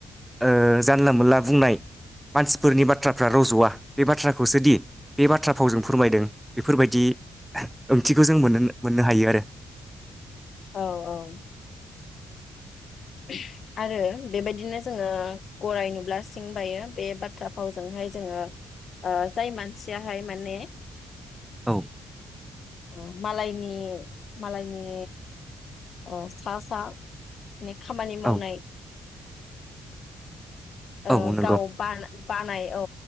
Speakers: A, in the centre; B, on the left.
A: ओ जानला मोनला बुंनाय मानसिफोरनि बाथ्राफ्रा रज'वा बे बाथ्रा खौसोदि बे बाथ्रा फावजों फोरमायदों बेफोरबायदि ओंथिखौ जों मोनोनो मोननो हायो आरो
B: औ औ <unintelligible> आरो बेबायदिनो जोङो गराय नुब्ला सिं बायो बे बाथ्रा फावजोंहाय जोङो ओ जाय मानसियाहाय माने
A: औ
B: औ मालायनि मालायनि अ सासा ने खामानि मावनाय
A: औ
B: ओ
A: औ नंगौ
B: गाव बाना बानाय औ